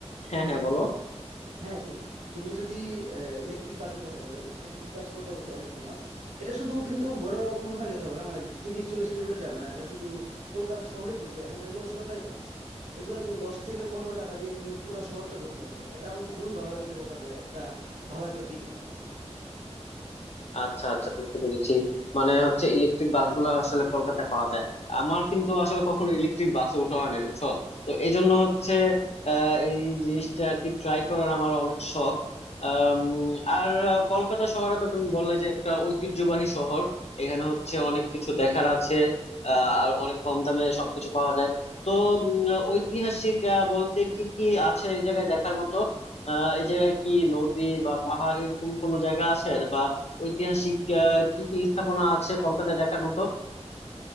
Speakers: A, on the left; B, on the right.
A: হ্যাঁ হ্যাঁ বলো
B: হ্যাঁ তু- তুমি যদি ইলেকট্রিক বাসের কথা বলো ইলেকট্রিক বাস কলকাতাতে অনেক ফেমাস এটা শুধু কিন্তু বড় কোনোখানে যেতে হবে না মানে তিরিশ চল্লিশ কিলোমিটার যাবে না এটা শুধু কলকাতা শহরে ঘুরবে এবং এগুলো সরকারি বাস এগুলো তুমি দশ থেকে পনেরো টাকা দিয়ে তুমি পুরো শহরটা করতে পারবে এটা আমার খুবই ভালো লেগেছে কলকাতার একটা ভালো একটা দিক এটা
A: আচ্ছা আচ্ছা বুঝতে পেরেছি মানে হচ্ছে ইলেকট্রিক বাসগুলো আসলে কলকাতায় পাওয়া যায় আমার কিন্তু আসলে কখনো ইলেকট্রিক বাসে ওঠা হয় না বুঝছো তো এই জন্য হচ্ছে আহ এই জিনিসটা আর কি ট্রাই করার আমার অনেক শখ আম, আর আহ, কলকাতা শহরে তো তুমি বললে যে একটা ঐতিহ্যবাহী শহর এখানে হচ্ছে অনেক কিছু দেখার আছে আহ, আর অনেক কম দামে সবকিছু পাওয়া যায় তো উম, ঐতিহাসিক আহ, বলতে কি কি আছে এই জায়গায় দেখার মতো আহ, এই জায়গায় কি নদী বা পাহাড় এরকম কোনো জায়গা আছে বা ঐতিহাসিক আহ, কি কি স্থাপনা আছে কলকাতায় দেখার মতো